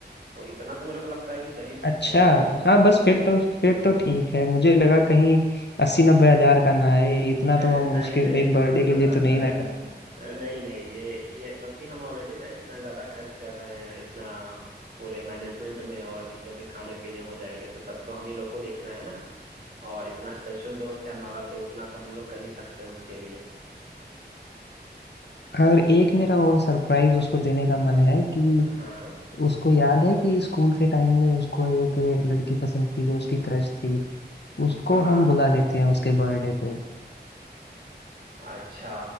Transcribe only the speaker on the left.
अच्छा
हाँ बस फिर तो फिर तो ठीक है मुझे लगा कहीं अस्सी नब्बे हजार का ना आए इतना
तो हम उसके
एक बर्थडे
के लिए तो नहीं ना करें
हाँ, और एक मेरा और सरप्राइज उसको देने का मन है कि
उसको याद है कि स्कूल के टाइम में उसको एक लड़की पसंद थी जो उसकी क्रश थी उसको
हम बुला लेते हैं उसके बर्थडे पे